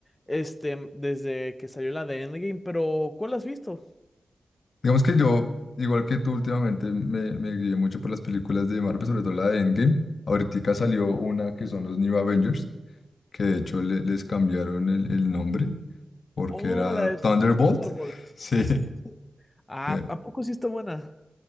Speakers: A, on the left; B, on the left.
A: este, desde que salió la de Endgame, pero ¿cuál has visto?
B: Digamos que yo, igual que tú últimamente, me, me guié mucho por las películas de Marvel, sobre todo la de Endgame. Ahorita salió una que son los New Avengers, que de hecho le- les cambiaron el, el nombre porque
A: Oh,
B: era
A: la de
B: Thunderbolt.
A: los Thunderbolts.
B: <laughs> Sí,
A: Sí, sí, sí. sí. Ah,
B: pe-
A: ¿a poco sí está buena?